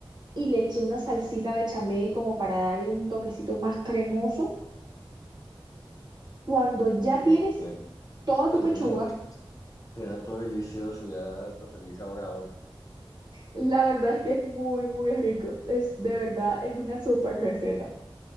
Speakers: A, on the right; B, on the left.
A: y le eché una salsita bechamel como para darle un toquecito más cremoso. Cuando ya
B: No,
A: tienes
B: suena,
A: toda tu
B: suena,
A: pechuga,
B: suena todo delicioso, ya hasta se me hizo agua la boca.
A: la verdad es que es muy, muy rico. Es de verdad, es una súper receta.